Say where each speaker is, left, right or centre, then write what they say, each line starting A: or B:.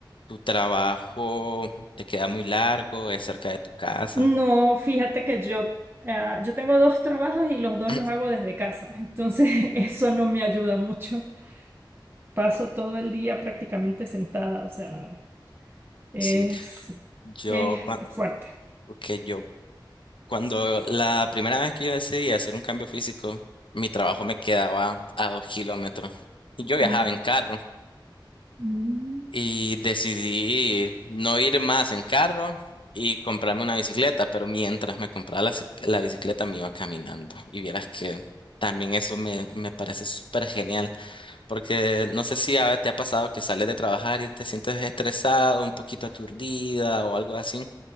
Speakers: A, on the left (about 80°); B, on the right (about 25°).
A: ¿tu trabajo te queda muy largo? ¿Es cerca de tu casa?
B: No, fíjate que yo, ah, yo tengo dos trabajos y los dos
A: <clears throat>
B: los hago desde casa, entonces <laughs> eso no me ayuda mucho. Paso todo el día prácticamente sentada, o sea, es,
A: Sí, yo
B: es
A: cuando,
B: fuerte.
A: que yo cuando la primera vez que yo decidí hacer un cambio físico, mi trabajo me quedaba a dos kilómetros y yo viajaba
B: Mm,
A: en carro.
B: mm.
A: Y decidí no ir más en carro y comprarme una bicicleta, pero mientras me compraba la, ci- la bicicleta me iba caminando. Y vieras que también eso me, me parece súper genial, porque no sé si a te ha pasado que sales de trabajar y te sientes estresado, un poquito aturdida o algo así.